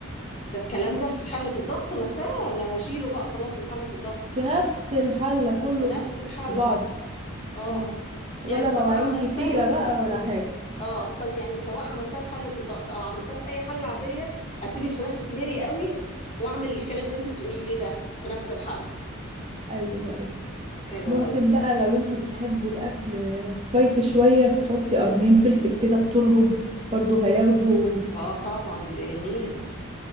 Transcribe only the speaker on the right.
في نفس الحلة كله
في
بعض
اه ولا
مواعين
كتيرة بقى ولا حاجة
ايوه ايوه
ممكن
بقى لو انتوا بتحبوا الاكل سبايسي شوية تحطي قرنين فلفل كده بطولهم برضو هياخدوا